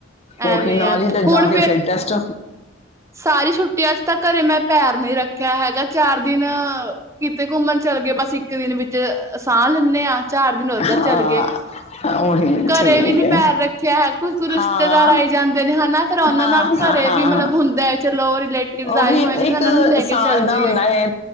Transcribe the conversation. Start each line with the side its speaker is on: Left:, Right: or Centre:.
Right: ਐਵੇਂ
Left: ਉਹੀ ਨਾਲ
Right: ਆ
Left: ਹੀ ਤੇ
Right: ਹੁਣ
Left: ਜਾ ਕੇ ਫੇਰ ਟੈਸਟ।
Right: ਸਾਰੀ ਛੁੱਨ ਅੱਜ ਤਾਂ ਘਰੇ ਮੈਂ ਪੈਰ ਨੀ ਰੱਖਿਆ ਹੈਗਾ ਚਾਰ ਦਿਨ ਅ ਕਿਤੇ ਘੁੰਮਣ ਚਲੇ ਗਏ ਬਸ ਇੱਕ ਦਿਨ ਵਿੱਚ ਸਾਹ ਲੈਂਦੇ ਹਾਂ। ਚਾਰ ਦਿਨ ਉੱਧਰ
Left: ਹਾਂ
Right: ਚਲੇ ਗਏ
Left: ਉਹੀ
Right: ਘਰੇ
Left: ਠੀਕ
Right: ਵੀ ਨੀ
Left: ਹੈ
Right: ਪੈਰ ਰੱਖਿਆ ਹੈ। ਕੁਛ ਕੁਈ ਰਿਸ਼ਤੇਦਾਰ
Left: ਹਾਂ
Right: ਆਏ ਜਾਂਦੇ ਨੇ ਹੈਨਾ। ਫੇਰ ਉਹਨਾ
Left: ਹਾਂ
Right: ਨਾਲ
Left: ਹਾਂ
Right: ਘਰੇ
Left: ਹਾਂ
Right: ਵੀ ਮਤਲਬ ਹੁੰ ਲੈ ਚਲੋ। ਰਿਲੇਟਿਵ
Left: ਉਹੀ
Right: ਆਏ ਹੋਏ ਨੇ
Left: ਇੱਕ
Right: ਉਹਨਾਂ ਨੂੰ ਲੈ ਕੇ
Left: ਸਾਲ
Right: ਚੱਲ
Left: ਦਾ
Right: ਜਾਈਏ
Left: ਹੁੰਦਾ ਹੈ,